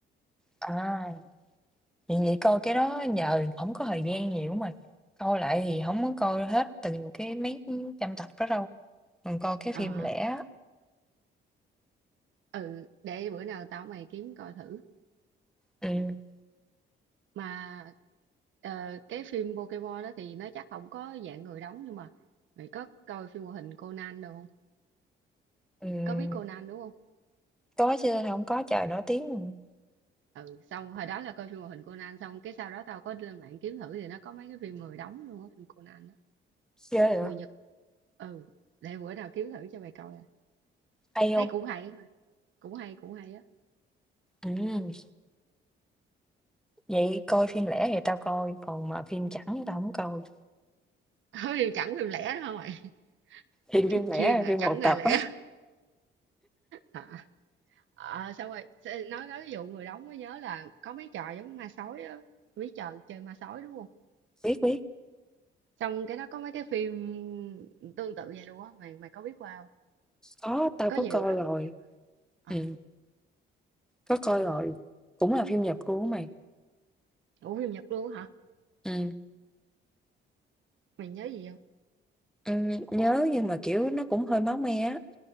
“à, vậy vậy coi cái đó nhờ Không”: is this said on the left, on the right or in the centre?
Centre